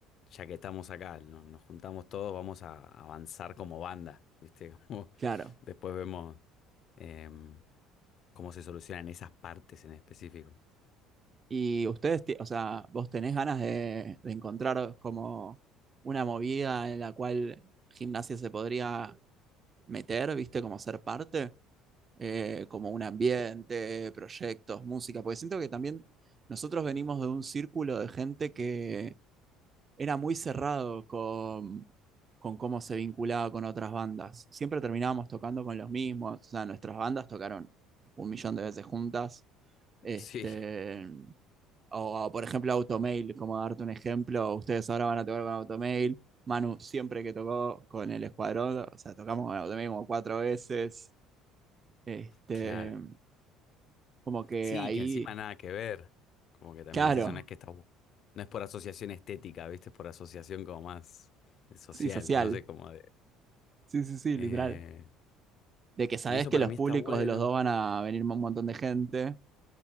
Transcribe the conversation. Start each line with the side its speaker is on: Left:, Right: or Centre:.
Left: ya que estamos acá, no- nos juntamos todos, vamos a avanzar como banda, ¿viste? <laughs> Como
Right: Claro.
Left: después vemos em, cómo se solucionan esas partes en específico.
Right: Y ustedes, ti- o sea, vos tenés ganas de, de encontrar como una movida en la cual gimnasia se podría meter, ¿viste? Como ser parte, eh, como un ambiente, proyectos, música, porque siento que también nosotros venimos de un círculo de gente que era muy cerrado con, con cómo se vinculaba con otras bandas. Siempre terminábamos tocando con los mismos, o sea, nuestras bandas tocaron un millón de veces juntas. Este,
Left: Sí,
Right: o, o, por ejemplo Automail, como darte un ejemplo, ustedes ahora van a tocar con Automail. Manu siempre que tocó con el escuadrón, o sea, tocamos con Automail como cuatro veces. Este,
Left: <laughs> claro.
Right: como que
Left: Sí,
Right: ahí,
Left: que encima nada que ver. Como que también
Right: claro,
Left: es eso, no es que está... bu- No es por asociación estética, ¿viste? Es por asociación como más de social,
Right: sí, social.
Left: no sé cómo de...
Right: Sí, sí, sí,
Left: eh,
Right: literal. De que sabes
Left: y eso
Right: que
Left: para
Right: los
Left: mí
Right: públicos
Left: está bueno,
Right: de los dos van a venir un montón de gente